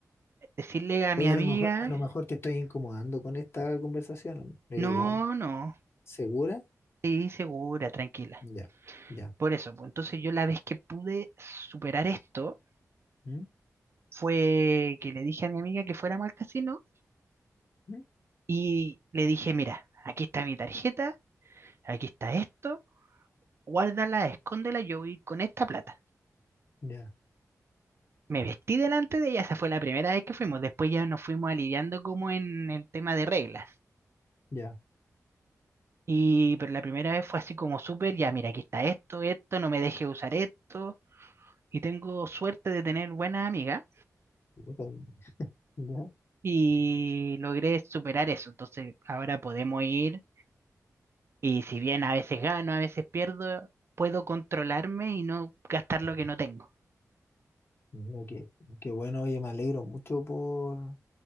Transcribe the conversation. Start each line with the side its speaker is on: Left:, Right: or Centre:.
Right: decirle a
Left: Oye,
Right: mi amiga,
Left: a lo mejor, a lo mejor te estoy incomodando con esta conversación. eh,
Right: no, no,
Left: ¿segura?
Right: sí, segura, tranquila.
Left: Ya, ya.
Right: Por eso, pues, entonces yo la vez que pude superar esto
Left: ¿Mm?
Right: fue que le dije a mi amiga que fuéramos al casino
Left: ¿Mm?
Right: y le dije, mira, aquí está mi tarjeta, aquí está esto, guárdala, escóndela, yo voy con esta plata.
Left: Ya,
Right: Me vestí delante de ella, esa fue la primera vez que fuimos. Después ya nos fuimos aliviando como en el tema de reglas.
Left: ya.
Right: Y pero la primera vez fue así como súper, ya mira, aquí está esto, esto, no me deje usar esto. Y tengo suerte de tener buenas amigas
Left: Puta, Ya.
Right: y logré superar eso. Entonces ahora podemos ir y si bien a veces gano, a veces pierdo, puedo controlarme y no gastar lo que no tengo.
Left: Mira, Qué, qué bueno, oye, me alegro mucho por